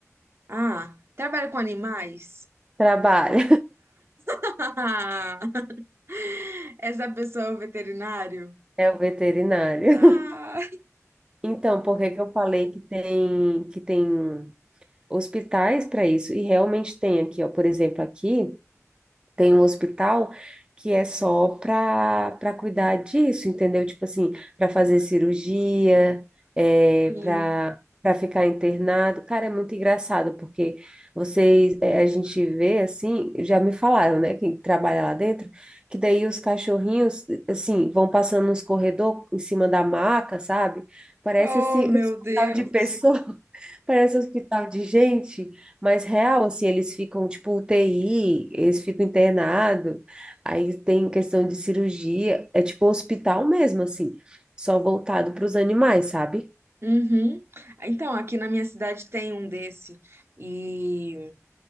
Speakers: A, on the right; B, on the right.
A: Ah, trabalha com animais.
B: Trabalha,
A: Ah, <laughs> essa pessoa é o veterinário.
B: <laughs> é o veterinário.
A: Ah,
B: <laughs> Então, por que que eu falei que tem que tem hospitais para isso. E realmente tem aqui, ó, por exemplo, aqui tem um hospital que é só para para cuidar disso, entendeu? Tipo assim, para fazer cirurgia, é,
A: sim.
B: para para ficar internado. Cara, é muito engraçado porque vocês, é, a gente vê assim, já me falaram, né, quem trabalha lá dentro, que daí os cachorrinhos assim vão passando nos corredores em cima da maca, sabe? Parece
A: Oh,
B: assim,
A: meu
B: <laughs> hospital
A: Deus.
B: de pessoa. <laughs> Parece hospital de gente. Mas real, assim, eles ficam tipo UTI, eles ficam internados, aí tem questão de cirurgia, é tipo hospital mesmo, assim, só voltado para os animais, sabe?
A: Uhum. Então, aqui na minha cidade tem um desse. E